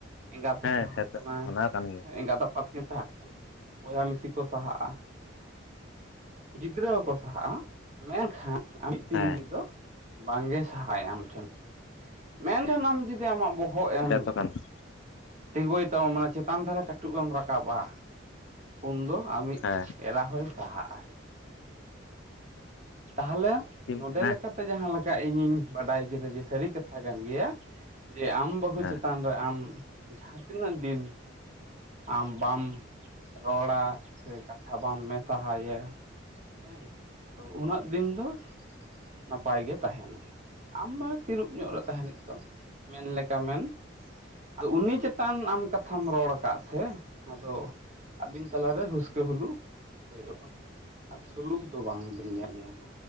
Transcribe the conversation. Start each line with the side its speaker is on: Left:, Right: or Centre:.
Right: ᱮᱸᱜᱟᱛᱮ
Left: ᱦᱮᱸ
Right: ᱥᱟᱦᱟᱜ
Left: ᱥᱮᱛᱚ
Right: ᱠᱟᱱᱟ᱾
Left: ᱚᱱᱟ ᱠᱟᱱ ᱜᱮᱭᱟ
Right: ᱮᱸᱜᱟᱛ ᱟᱯᱟᱛ, ᱠᱤᱱ ᱥᱟᱦᱟᱜ ᱠᱟᱱᱟ, ᱵᱚᱭᱦᱟ ᱢᱤᱥᱤ ᱠᱚ ᱥᱟᱦᱟᱜᱼᱟ ᱜᱤᱫᱽᱨᱟᱹ ᱦᱚᱸ ᱠᱚ ᱥᱟᱦᱟᱜᱼᱟ, ᱢᱮᱱᱠᱷᱟᱱ ᱟᱢᱤᱡ ᱛᱤᱨᱤ
Left: ᱦᱮᱸ
Right: ᱡᱩᱨᱤ ᱫᱚ ᱵᱟᱝᱜᱮ ᱥᱟᱦᱟ ᱟᱭ ᱟᱢ ᱴᱷᱮᱱ ᱠᱷᱚᱱ, ᱢᱮᱱᱠᱷᱟᱱ ᱟᱢ ᱡᱩᱫᱤ ᱟᱢᱟᱜ ᱵᱚᱦᱚᱜ ᱮᱢ
Left: ᱥᱮᱛᱚ ᱠᱟᱱᱟ ᱦᱮᱸ
Right: ᱛᱤᱸᱜᱩᱭ ᱛᱟᱢᱟ ᱢᱟᱱᱮ ᱪᱮᱛᱟᱱ ᱫᱷᱟᱨᱮ ᱠᱟᱹᱴᱩᱵ ᱮᱢ ᱨᱟᱠᱟᱵᱟ, ᱩᱱ ᱫᱚ ᱟᱢᱤᱡ
Left: ᱪᱮᱫ
Right: ᱮᱨᱟ ᱦᱚᱸᱭ ᱥᱟᱦᱟᱜᱼᱟ᱾ ᱛᱟᱦᱚᱞᱮ
Left: ᱮᱢ
Right: ᱱᱚᱸᱰᱮ
Left: ᱢᱮᱱᱟ
Right: ᱞᱮᱠᱟ ᱡᱟᱦᱟᱸ ᱞᱮᱠᱟ ᱤᱧᱤᱧ ᱵᱟᱰᱟᱭ ᱠᱮᱫᱟ ᱡᱮ ᱥᱟᱹᱨᱤ ᱠᱟᱛᱷᱟ ᱠᱟᱱ ᱜᱮᱭᱟ, ᱡᱮ ᱟᱢ ᱵᱟᱹᱦᱩ
Left: ᱦᱮᱸ
Right: ᱪᱮᱛᱟᱱ ᱨᱮ ᱟᱢ ᱡᱟᱦᱟᱸ ᱛᱤᱱᱟᱹᱜ ᱫᱤᱱ ᱟᱢ ᱵᱟᱢ ᱨᱚᱲᱟ ᱥᱮ ᱠᱟᱛᱷᱟ ᱵᱟᱢ ᱢᱮᱛᱟᱦᱟᱭᱟ, ᱦᱮᱸ ᱛᱚ ᱩᱱᱟᱹᱜ ᱫᱤᱱ ᱫᱚ ᱱᱟᱯᱟᱭ ᱜᱮ ᱛᱟᱦᱮᱱᱟᱭ, ᱟᱢ ᱢᱟ ᱛᱤᱨᱩᱯ ᱧᱚᱜ ᱨᱮ ᱛᱟᱦᱮᱸᱱ ᱦᱩᱭᱩ ᱛᱟᱢᱟ᱾ ᱢᱮᱱᱞᱮ ᱠᱟᱢᱮᱱ ᱟᱫᱚ ᱩᱱᱤ ᱪᱮᱛᱟᱱ ᱟᱢ ᱠᱟᱛᱷᱟᱢ ᱨᱚᱲ ᱠᱟᱜᱼᱟ ᱥᱮ ᱟᱫᱚ ᱟᱹᱵᱤᱱ ᱛᱟᱞᱟᱨᱮ ᱦᱩᱥᱠᱟᱹ ᱦᱩᱞᱩ ᱦᱩᱭᱩᱜᱼᱟ᱾ ᱟᱨ ᱥᱩᱞᱩᱠ ᱫᱚ ᱵᱟᱝᱵᱮᱱ ᱧᱮᱞ ᱧᱟᱢᱟ᱾